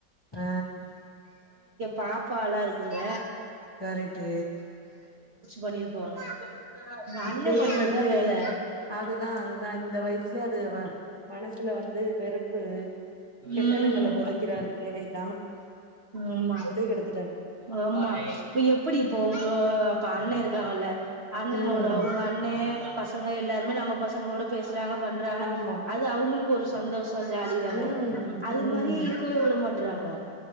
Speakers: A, on the left (about 15°); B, on the right (about 40°).
A: ஆ
B: பாப்பால்லா இருக்கு இல்ல
A: கரெட்டு
B: பண்ணிருப்பாங்க எங்க
A: இப்பயே
B: அண்ணே பண்றதுதா
A: வந்து
B: வேல
A: அதுதான் அதுதான் இந்த வயசுலே அது வ மனசுல வந்து வெறுப்பு கெட்டணங்கள
B: ம்
A: பொதைக்கிறாரு வேற எது
B: ஆமா
A: கெடுத்துட்டாரு
B: ஆமா இப்ப எப்டி இப்ப ஒங்க அப்ப அண்ண இருக் காங்க இல்ல அண்ணணோட
A: ம்
B: அவுங்க அண்ணே பசங்க எல்லாருமே நம்ம பசங்களோட பேச றாங்க பண்றாங்க
A: ஆமா
B: அது அவுங்களுக்கு ஒரு சந்தோஷ இப்ப ஜாலி தான
A: ம்
B: அது
A: ம்
B: மாரி இருக்கவே விட மாட் றாங்க